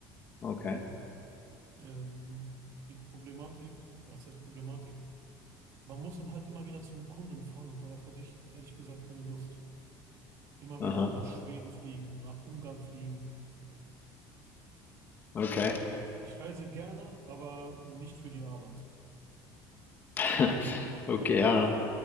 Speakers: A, on the left; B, on the right.
A: Okay.
B: Ähm, die Problematik, ja, was heißt Problematik? Man muss dann halt immer wieder zum Kunden fahren und darauf hatte ich ehrlich gesagt keine Lust. Immer
A: Aha.
B: wieder nach Schweden fliegen, nach Ungarn fliegen.
A: Okay.
B: Ich reise gerne, aber nicht für die Arbeit.
A: <laughs> Okay, ja.